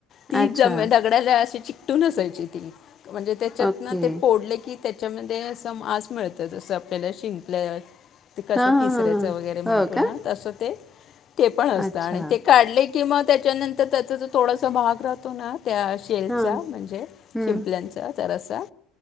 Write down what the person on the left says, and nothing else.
ती
जम दगडाला अशी च. तूूनसायची ती. म्हणजे त्याच्यात
ना ते पोडले की. त्याच्यामध्ये असं मस मिळतं अससं आपल्याला शिंकल्या. ते कसे
तिसऱ्याचं
वगैरे
म्हणतो
ना तसं ते. ते पण असतं
आणि ते काढले. किंवा त्याच्यानंतर त्याचा तर थोडासा भाग राहतो ना. त्या शेलचा
म्हणजे
शिंपल्यांचा जरासा.